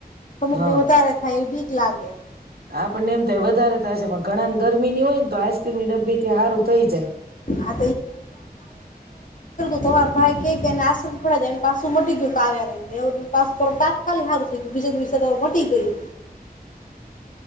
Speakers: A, on the left (about 55°); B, on the right (about 75°).
A: અમુક
B: હા
A: ને વધારે થાય એ બીક લાગે. <unintelligible>
B: આપણને એમ થાય વધારે થાય છે પણ ઘણા ને ગરમીની હોય ને, તો આઈસક્રીમની ડબ્બી થી સારું થઈ જાય.
A: આ તમાર ભાઈ કેક એને આઈસક્રીમ ખવડાવી દે. એન પાછું મટી ગયું કાવ્યાને. એવું તો પાછું તાત્કાલિક સારું થઈ ગયું. બીજા દિવસે તો મટી ગયું.